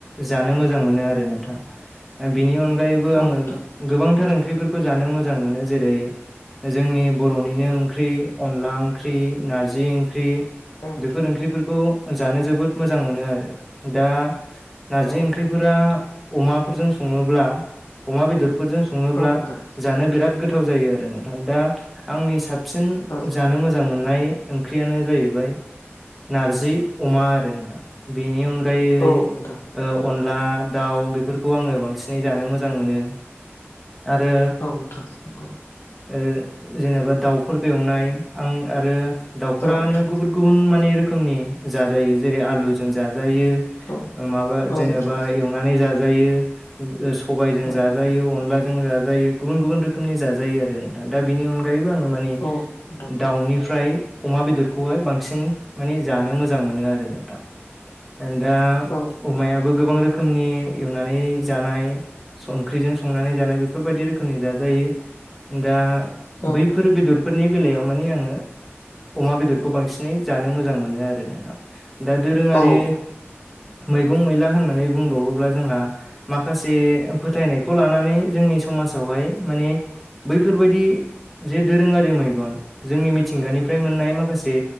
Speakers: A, in the centre; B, on the left.
A: जानो मोजां मोनो आरो नोंथां ओ बिनि अनगायैबो
B: औ
A: आङो
B: नोंथां
A: गोबांथार ओंख्रिफोरखौ जानो मोजां मोनो जेरै जोंनि बर'निनो ओंख्रि अनला ओंख्रि, नारजि ओंख्रि
B: औ नोंथां
A: बेफोर ओंख्रिफोरखौ जानो जोबोद मोजां मोनो आरो दा नारजि
B: औ
A: ओंख्रिफोरा
B: नोंथां
A: अमाफोरजों सङोब्ला अमा बेदरफोरजों सङोब्ला
B: औ नोंथां
A: जानो बिराद गोथाव जायो आरो नोंथां दा आंनि साबसिन
B: औ
A: जानो मोजां मोननाय ओंख्रियानो जाहैबाय नारजि, अमा आरो नोंथां बेनि अनगायै
B: औ नोंथां
A: ओ अनला दाउ बेफोरखौ आङो बांसिनै जानो मोजां मोनो। आरो
B: औ नोंथां नंगौ
A: ओ जेनेबा दाउफोरखो एवनाय आं आरो दाउफोरानो
B: औ नोंथां
A: गुबुन गुबुन मानि रोखोमनि जाजायो जेरै आलुजों जाजायो।
B: औ
A: माबा
B: औ
A: जेनेबा
B: नोंथां
A: एवनानै जाजायो सबायजों
B: उम
A: जा जाजायो अनलाजों जाजायो गुबुन गुबुन रोखोमनि जाजायो आरो नोंथां दा बिनि अनगायैबो आङो माने
B: औ नोंथां
A: दाउनिफ्राय अमा बेदरखौहाय बांसिन माने जानो मोजां मोनो आरो नोंथां। दा
B: औ नोंथां
A: अमायाबो गोबां रोखोमनि एवनानै जानाय संख्रिजों संनानै जानाय बेफोरबायदि रोखोमनि जाजायो दा
B: औ नोंथां
A: बैफोर बेदरफोरनि बेलायाव माने आङो अमा बेदरखौ बांसिनै जानो मोजां मोनो आरो नोंथां दा दोरोङारि
B: औ
A: मैगं मैला होननानै बुंबावोब्ला जोंहा माखासे फोथायनाय खौ लानानै जोंनि समाजावहाय माने बैफोरबायदि जे दोरोङारि मैगन जोंनि मिथिंगानिफ्राय मोननाय माखासे